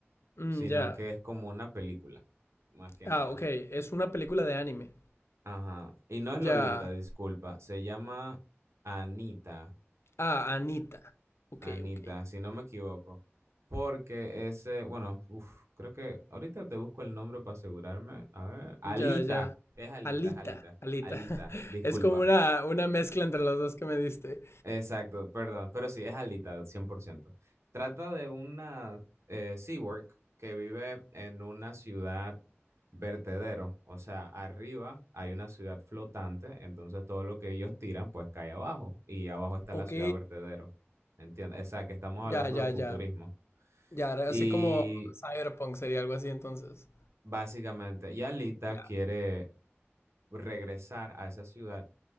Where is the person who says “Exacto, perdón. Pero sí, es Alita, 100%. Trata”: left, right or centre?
Right